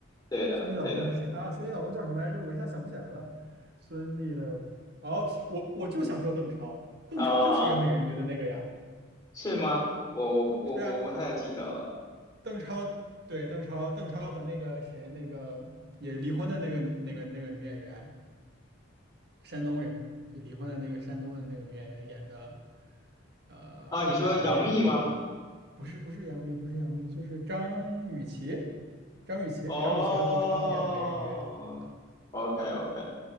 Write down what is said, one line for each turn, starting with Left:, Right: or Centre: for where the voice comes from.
Left: 对的，
Right: 孙俪老公是谁啊？
Left: 对的，
Right: 孙俪老公叫什么来着？我一下想不起来了。孙俪的，哦，我我就想说邓超，邓超就是演美人鱼的那个呀。
Left: 啊，是吗？我我不我我不太记得了
Right: 是啊，邓超，对，邓超，邓超和那个谁，那个也离婚的那个那个那个女演员，山东人，就离婚的那个山东的那个女演员演的，呃，
Left: 啊。你说杨幂吗？
Right: 演的美人鱼，不是不是杨幂，不是杨幂，就是张雨绮，张雨绮，
Left: 哦
Right: 张雨绮和邓超演的美人鱼。
Left: ，OK OK，